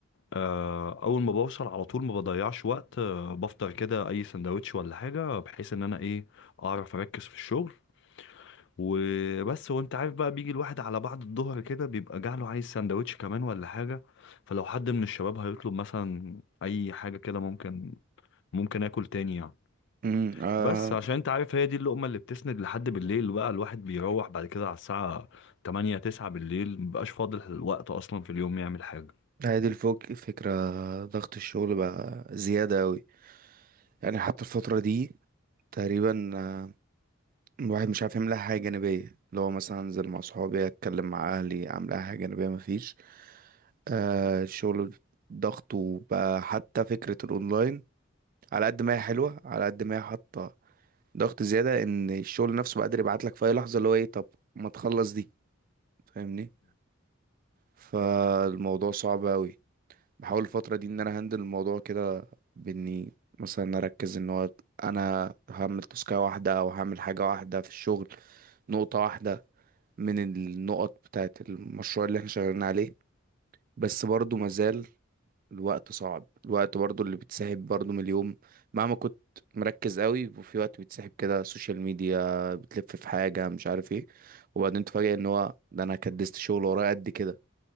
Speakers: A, on the left (about 60°); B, on the right (about 45°).
A: آه، اول ما بوصل على طول ما بضيعش وقت آه، بفطر كده اي سندوتش ولا حاجه بحيث ان انا ايه اعرف اركز في الشغل وبس وانت عارف بقى بيجي الواحد على بعد الظهر كده بيبقى جعله عايز سندوتش كمان ولا حاجه فلو حد من الشباب هيطلب مثلا اي حاجه كده ممكن ممكن اكل تاني يعني
B: امم آه
A: بس عشان انت عارف هي دي اللقمه اللي بتسند لحد بالليل بقى الواحد بيروح بعد كده على الساعه 8 9 بالليل مبقاش فاضل الوقت اصلا في اليوم يعمل حاجه
B: هذه الفوق فكره ضغط الشغل بقى زياده قوي يعني حتى الفتره دي تقريبا آه، الواحد مش عارف يعمل اي حاجه جانبيه اللي هو مثلا انزل مع صحابي اتكلم مع اهلي اعمل اي حاجه جانبيه مفيش آه الشغل ضغطه بقى حتى فكره الاونلاين على قد ما هي حلوه على قد ما هي حاطه ضغط زياده ان الشغل نفسه بقدر يبعت لك في اي لحظه اللي هو ايه طب ما تخلص دي فاهمني فالموضوع صعب قوي بحاول الفتره دي ان انا هندل الموضوع كده باني مثلا اركز ان هو انا هعمل تسكاية واحده او هعمل حاجه واحده في الشغل نقطه واحده من النقط بتاعت المشروع اللي احنا شغالين عليه بس برضو مازال الوقت صعب الوقت برضو اللي بتسحب برضو من اليوم مهما كنت مركز قوي وفي وقت بتسحب كده سوشيال ميديا بتلف في حاجة مش عارف ايه وبعدين تفاجئ ان هو ده انا كدست شغل ورايا قد كده